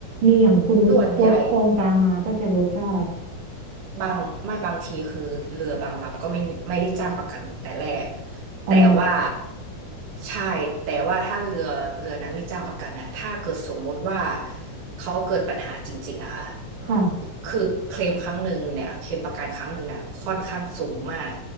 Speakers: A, on the right; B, on the right.
A: มีอย่างคุณนุชลดโครงการมาก็จะลดได้
B: ส่วนใหญ่ บางไม่บางทีคือเรือบางลำก็ไม่มีไม่ได้จ้างประกันแต่แรก
A: อ๋อ
B: แต่ว่าใช่แต่ว่าถ้าเรือเรือนั้นไม่จ้างประกันอะถ้าเกิดสมมติว่าเขาเกิดปัญหาจริงๆอะค่ะ
A: ค่ะ
B: คือเคลมครั้งหนึ่งเนี่ยเคลมประกันครั้งหนึ่งเนี่ยค่อนข้างสูงมาก